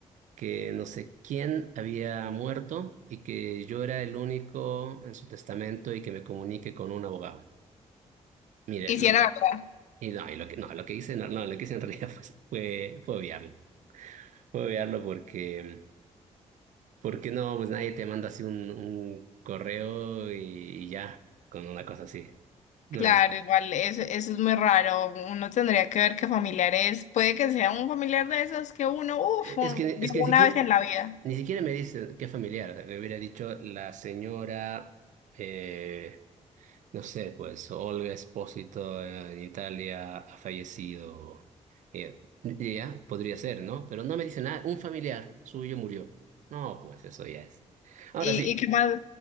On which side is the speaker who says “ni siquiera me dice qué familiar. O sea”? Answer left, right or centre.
Right